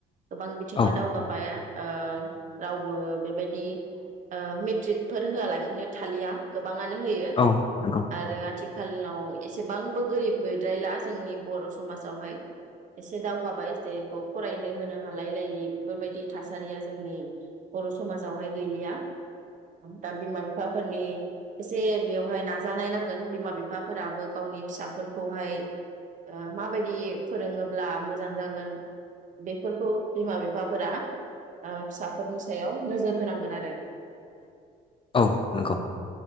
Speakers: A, on the right (about 50°); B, on the left (about 30°).
A: गोबां बिथिङा
B: औ
A: दावगाबाया ओ रावबो बेबायदि ओ मेट्रिकफोर होआ लाखिनो थालिया गोबां आनो होयो
B: औ नंगौ
A: आरो आ थिखालाव एसेबांबो गोरिब गैद्रायला जोंनि बर' समाजावहाय एसे दावगाबाय जेखौ फरायनो होनो हालाय लायि बेफोरबायदि थासारिया जोंनि बर' समाजावहाय गैलिया। दा बिमा बिफाफोरनि एसे बेवहाय नाजानाय नांगोन बिमा बिफाफोराबो गावनि फिसाफोरखौहाय माबायदि फोरोङोब्ला मोजां जागोन बेफोरखौ बिमा बिफाफोरा ओ फिसाफोरनि सायाव नोजोर होनांगोन आरो
B: औ नंगौ